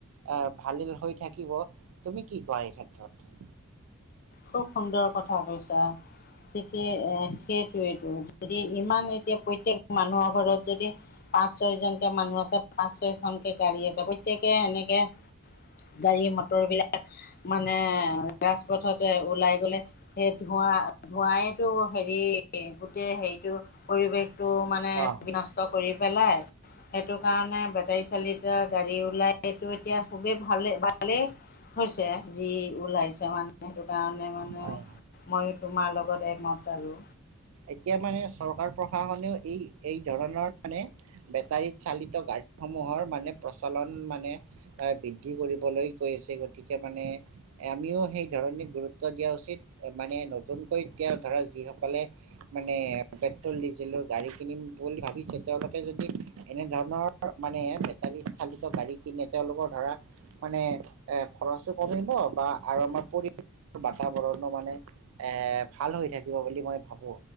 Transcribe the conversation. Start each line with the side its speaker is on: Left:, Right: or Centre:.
Right: আ ভাল হৈ থাকিব তুমি কি কোৱা এই ক্ষেত্ৰত
Left: খুব সুন্দৰ কথা কৈছা ঠিকেই সেইটোৱেইটো যদি ইমান এতিয়া প্ৰত্যেক মানুহৰ ঘৰত যদি পাঁচ ছয় জনকে মানুহ আছে পাঁচ ছয়খনকে গাড়ী আছে প্ৰত্যেকে এনেকে গাড়ী মটৰ বিলাক মানে ৰাজপথত ওলাই গ'লে সেই ধোঁৱা ধোঁৱাইতো হেৰি গোটেই হেৰিটো পৰিৱেশ টো মানে
Right: অ
Left: বিনষ্ট কৰি পেলাই সেইটো কাৰণে বেটাৰী চালিত গাড়ী ওলাইটো এতিয়া খুবেই ভালেই ভালেই হৈছে যি ওলাইছে মানে সেইটো কাৰণে মানে
Right: হয় হয়
Left: মইও তোমাৰ লগত একমত আৰু
Right: এতিয়া মানে চৰকাৰ প্ৰশাসনেও এই এই ধৰণৰ মানে বেটাৰী চালিত গাড়ী সমূহৰ মানে প্ৰচলন মানে এ বৃদ্ধি কৰিবলৈ গৈ আছে গতিকে মানে আমিও সেই ধৰণী গুৰুত্ব দিয়া উচিত মানে নতুনকৈ এতিয়া ধৰা যিসকলে মানে পেট্ৰল, ডিজেলৰ গাড়ী কিনিম বুলি ভাবিছে, তেওঁলোকে যদি এনে ধৰণৰ মানে বেটাৰী চালিত গাড়ী কিনে তেওঁলোকৰ ধৰা মানে এ খৰচো কমিব বা আৰু আমাৰ পৰিৱেশৰ বাতাবৰণো মানে এ ভাল হৈ থাকিব বুলি মই ভাবো